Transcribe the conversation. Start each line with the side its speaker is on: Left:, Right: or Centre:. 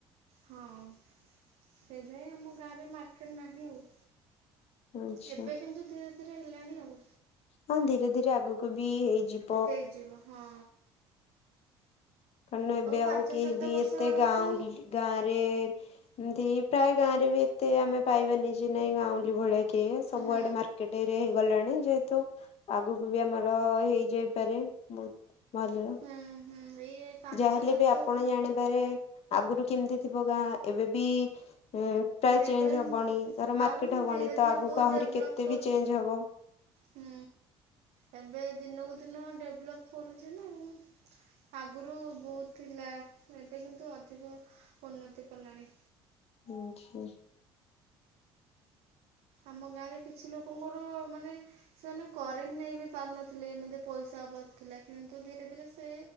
Right: ହଁ ସେଇଥି ପାଇଁ ଆମ ଗାଁରେ ମାର୍କେଟ ନାହିଁ ଆଉ।
Left: ଆଚ୍ଛା
Right: ଏବେ କିନ୍ତୁ ଧୀରେ ଧୀରେ ହେଲାଣି ଆଉ।
Left: ହଁ ଧୀରେ ଧୀରେ ଆଗକୁ ବି ହେଇଯିବ।
Right: ହେଇଯିବ ହଁ।
Left: କରଣ ଏବେ
Right: ପାଞ୍ଚ
Left: ଆଉ କେହି
Right: ସାତ
Left: ବି
Right: ବର୍ଷ
Left: ଏତେ
Right: ବେଳକୁ
Left: ଗାଉଁଲି ଗାଁ ରେ ଏମିତି ପ୍ରାୟ ଗାଁରେ ବି ଏତେ ଆମେ ପାଇବାନି ଯେ ନାଇଁ ଗାଉଁଲି ଭଳିଆ କେ ସବୁଆଡେ
Right: ହୁଁ
Left: ମାର୍କେଟ। ହେଇଗଲାଣି ଯେହେତୁ ଆଗକୁ ବି ଆମର ହେଇଯାଇପାରେ। ବୋହୁତ ମାଲୁର
Right: ହୁଁ ହୁଁ ଏଇ ପାଞ୍ଚ
Left: ଯାହାହେଲେ
Right: ସାତ
Left: ବି ଆପଣ ଜାଣିବାରେ ଆଗରୁ କେମିତି ଥିବ ଗାଁ ଏବେବି ହୁଁ ପ୍ରାୟ
Right: ଏବେ
Left: ଚେଞ୍ଜ ହବଣି ତାର ମାର୍କେଟ
Right: ଆଉ
Left: ହବଣି
Right: ଧୀରେ
Left: ତ
Right: ଧୀରେ
Left: ଆଗକୁ
Right: ବହୁତ
Left: ଆହୁରି
Right: ଡେଭଲପ୍
Left: କେତେ
Right: କରୁଛି
Left: ବି ଚେଞ୍ଜ ହବ।
Right: ହୁଁ ଏବେ ଦିନକୁ ଦିନ ଡେଭଲପ୍ କରୁଛି ନା ଆଉ। ଆଗରୁ ବହୁତ ଥିଲା ଏବେ କିନ୍ତୁ ଅଧିକ ଉନ୍ନତି କଲାଣି।
Left: ଶୁଣୁଛି।
Right: ଆମ ଗାଁରେ କିଛି ଲୋକଙ୍କର ମାନେ ସେମାନେ କରେଣ୍ଟ ନେଇ ବି ପାରୁନଥିଲେ ଏମିତି ପଇସା ଅଭାବ ଥିଲା କିନ୍ତୁ ଧୀରେ ଧୀରେ ସେ